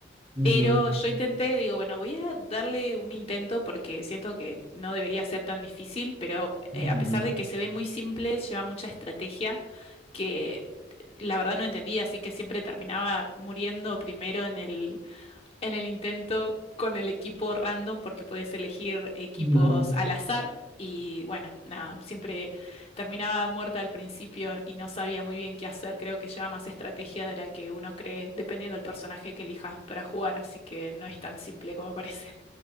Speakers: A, on the right; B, on the left.
A: Ujú,
B: pero yo intenté, digo, bueno, voy a darle un intento porque siento que no debería ser tan difícil, pero
A: ujú,
B: eh, a pesar de que se ve muy simple, lleva mucha estrategia que eh, la verdad no entendía, así que siempre terminaba muriendo primero en el, en el intento con el equipo random porque podés elegir equipos
A: ujú.
B: al azar y bueno, nada, siempre terminaba muerta al principio y no sabía muy bien qué hacer. Creo que lleva más estrategia de la que uno cree, dependiendo del personaje que elijas para jugar, así que no es tan simple como parece.